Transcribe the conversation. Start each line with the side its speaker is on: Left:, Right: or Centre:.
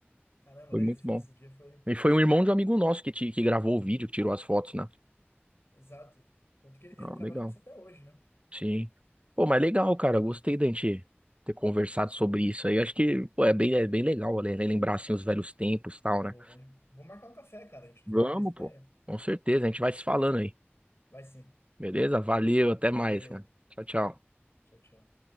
Left: Caramba,
Right: Foi
Left: legal,
Right: muito
Left: esse, foi-
Right: bom.
Left: esse dia foi.
Right: E foi um irmão de um amigo nosso que, te, que gravou o vídeo, que tirou as fotos, né?
Left: Exato. Tanto que ele,
Right: Ah,
Left: ele trabalha
Right: legal.
Left: com isso até hoje, né?
Right: Sim. Pô, mas legal, cara. Gostei da gente ter conversado sobre isso aí. Acho que, pô, é bem, é bem legal, né? Lembrar, assim, os velhos tempos e tal, né?
Left: Pô, bom, de- vou marcar um café, cara, a gente
Right: Vamos,
Left: trocar mais ideia.
Right: pô. Com certeza. A gente vai se falando aí.
Left: Vai sim.
Right: Beleza? Valeu, até
Left: Valeu.
Right: mais, cara. Tchau, tchau.
Left: Tchau, tchau.